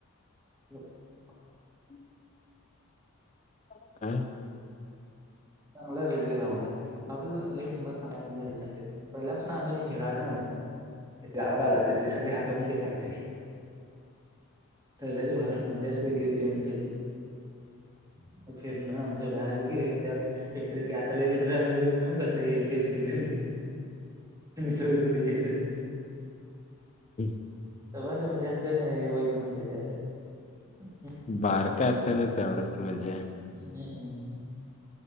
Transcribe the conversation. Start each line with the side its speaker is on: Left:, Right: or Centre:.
Right: <inaudible>
Left: हम् <unintelligible>
Right: <unintelligible> पहिल्यापासून आम्ही फिरायला जामु इथे आवड आला तिथ सगळी आठवण ते काढते. <unintelligible> <unintelligible> हे यात्रे मित्र आम्ही बोलच ना कसं हे फेर तिकडे जोर <unintelligible>
Left: हम्म
Right: <unintelligible>
Left: <unintelligible>
Right: हम्